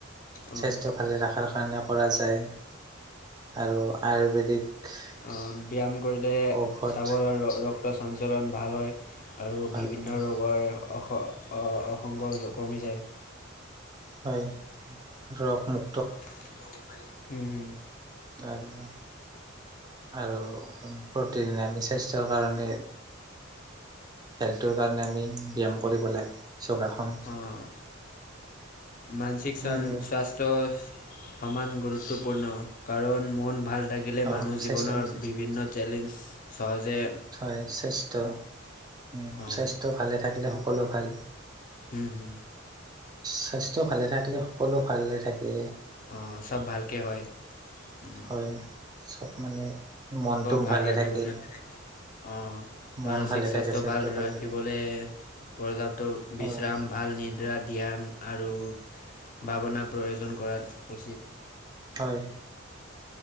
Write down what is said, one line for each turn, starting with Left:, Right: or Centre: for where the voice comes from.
Left: অ'।
Right: স্বাস্থ্য ভালে ৰাখাৰ কাৰণে কৰা যায়, আৰু আয়ুৰ্বেদিক
Left: উম, ব্যায়াম কৰিলে
Right: ঔষধ
Left: চাৱল আৰ ৰক্ত চঞ্চলন ভাল হয়। আৰু
Right: ভাল
Left: বিভিন্ন
Right: হয়
Left: ৰোগৰ অস অসংগ কমি যায়।
Right: হয়, ৰগ মু
Left: <unintelligible> পাৰি, হুম, হুম।
Right: আৰু আৰু প্ৰতিদিনে আমি স্বাস্থ্যৰ কাৰণে হেল্থটোৰ কাৰণে আমি ব্যাম কৰিব লাগে। যোগাসন
Left: অঁ। মানসিক চন
Right: আৰু
Left: স্বাস্থ্য সমান গুৰুত্বপূৰ্ণ, কাৰণ মন ভাল থাকিলে
Right: অ',
Left: মানুহ জীৱনৰ
Right: স্বাস্থ্য
Left: বিভিন্ন চেলেঞ্জ চহজে
Right: হয়! স্বাস্থ্য, উম
Left: অঁ
Right: স্বাস্থ্য ভালে থাকিলে সকলো ভাল
Left: হুম উম
Right: স্বাস্থ্য ভালে থাকিলে সকলো ভালে থাকে
Left: অঁ, চব ভালকে হয় উম
Right: হয়, চব মানে মনটো
Left: ভাল
Right: ভালে
Left: ৰাখিবলৈ
Right: থাকে
Left: অঁ
Right: মন
Left: মানসিক
Right: ভালে
Left: স্বাস্থ্য
Right: থাকে
Left: ভাল
Right: ভালে
Left: ৰাখিবলে
Right: থাকে।
Left: পৰ্যাপ্ত
Right: হয়,
Left: বিশ্ৰাম ভাল নিদ্ৰা ধ্যান আৰু ভাৱনা প্ৰয়োজন কৰাত উচিত।
Right: হয়।